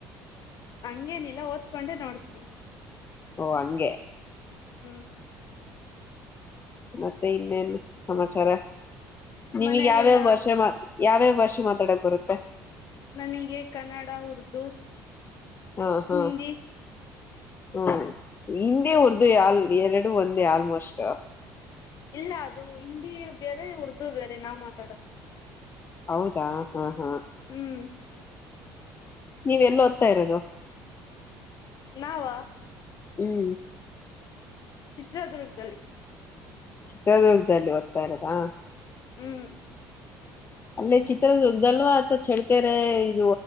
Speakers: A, on the left; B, on the left.
A: ಹಂಗೇನಿಲ್ಲ ಓದ್ಕೊಂಡೆ ನೋಡ್ತೀವಿ
B: ಓ ಹಂಗೆ
A: ಹ್ಮ್
B: ಮತ್ತೆ ಇನ್ನೇನ್ ಸಮಾಚಾರ ನಿಮಗ್
A: ಮನೆಯಲೆಲ್ಲಾ
B: ಯಾವ್ಯಾವ ವರ್ಷೆ ಮಾ ಯಾವ್ಯಾವ ಭಾಷೆ ಮಾತಾಡಕ್ ಬರುತ್ತೆ
A: ನಮಗೆ ಕನ್ನಡ ಉರ್ದು
B: ಹಾ ಹಾ
A: ಹಿಂದಿ
B: ಹ್ಮ ಹಿಂದಿ ಉರ್ದು ಯಾಲ್ ಎರಡು ಒಂದೇ ಆಲ್ಮೋಸ್ಟ್
A: ಇಲ್ಲ ಅದು ಹಿಂದಿ ಬೇರೆ ಉರ್ದು ಬೇರೆ ನಾವ್ ಮಾತ್ರ
B: ಹೌದಾ ಹಾ ಹಾ
A: ಹ್ಮ್
B: ನೀವ ಎಲ್ಲ ಓದ್ತ ಇರೋದು
A: ನಾವ
B: ಹ್ಮ್
A: ಚಿತ್ರದುರ್ಗದಲ್ಲಿ
B: ಚಿತ್ರದುರ್ಗದಲ್ಲಿ ಓದ್ತಾ ಇರೋದ ಹಾ
A: ಹ್ಮ್
B: ಅಲ್ಲೇ ಚಿತ್ರದುರ್ಗ ಅಲ್ವಾ ಅಥ ಚಳ್ಕೆರೆ ಇದು